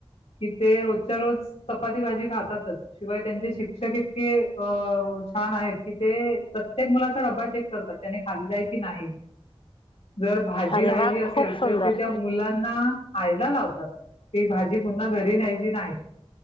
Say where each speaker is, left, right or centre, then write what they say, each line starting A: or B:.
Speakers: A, on the left (about 80°); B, on the left (about 55°).
A: कि ते रोजच्या रोज चपाती भाजी खातातच शिवाय त्यांचे शिक्षक इतके अ छान आहेत की ते प्रत्येक मुलाचा डबा चेक करतात त्याने खाल्लंय की नाही. जर भाजी
B: अरे
A: राहिली
B: वा
A: असेल
B: खूप सुंदर
A: तर ते त्या मुलांना खायला लावतात. ती भाजी पुन्हा घरी न्यायची नाही